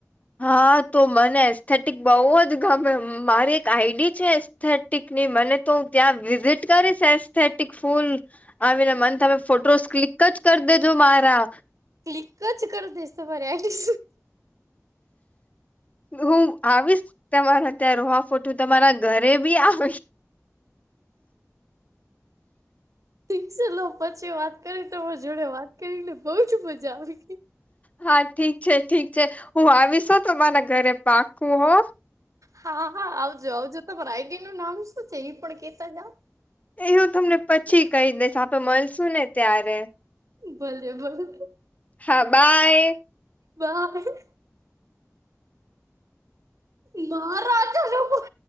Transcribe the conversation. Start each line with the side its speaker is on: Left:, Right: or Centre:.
Left: હા તો મને એસ્થેટિક બઉ જ ગમે. મારી એક આઈડી છે એસ્થેટિકની મને તો હું ત્યાં વિઝિટ કરીશ એસ્થેટિક ફૂલ. આવીને મને તમે ફોટોસ ક્લિક જ કરી દેજો મારા
Right: ક્લિક જ કર દસ તો બર આઈ
Left: હું આવીશ તમારા ઘર માં ફોટું તમારા ઘરે બી આવ
Right: થીકસે લો પછી વાત કરી તમારા જોડે વાત કરી ને બઉજ મજા આવી.
Left: હા ઠીક છે ઠીક છે હું આવીશ હો તો તમારા ઘરે પાકુ હો.
Right: હા હા આવજો આવજો તમારા આઈડી નું નામ શું છે એ પણ કેતા જાવ.
Left: એવું તમને પછી કહી દઈશ આપે મળશું ને ત્યારે.
Right: ભલે ભલે.
Left: હા બાય.
Right: બાય. મહારાજાનું